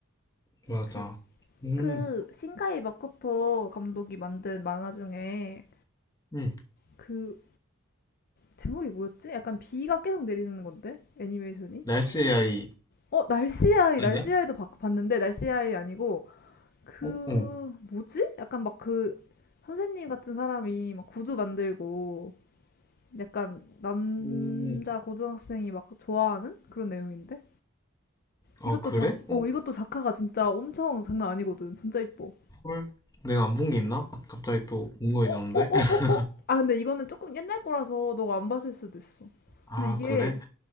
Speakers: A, on the left; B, on the left.
A: 음, 맞아.
B: 그,
A: 음,
B: 그 신카이 마코토 감독이 만든 만화 중에
A: 음.
B: 그 제목이 뭐였지? 약간 비가 계속 내리는 건데 애니메이션이?
A: 날씨 AI
B: 어 날씨 아이
A: 아니야?
B: 날씨 아이도 봤- 봤는데 날씨 아이 아니고 그
A: 어, 어.
B: 뭐지? 약간 막 그 선생님 같은 사람이 막 구두 만들고 약간 남자
A: 음,
B: 고등학생이 막 좋아하는 그런 내용인데
A: 아,
B: 이것도
A: 그래?
B: 작
A: 어,
B: 어 이것도 작화가 진짜 엄청 장난 아니거든 진짜 이뻐
A: 헐. 내가 안 본 게 있나? 아, 갑자기 또 궁금해졌는데?
B: 어, 어, 어,
A: <laughs>
B: 어, 어. 아, 근데 이거는 조금 옛날 거라서 너가 안 봤을 수도 있어.
A: 아,
B: 근데 이게
A: 그래?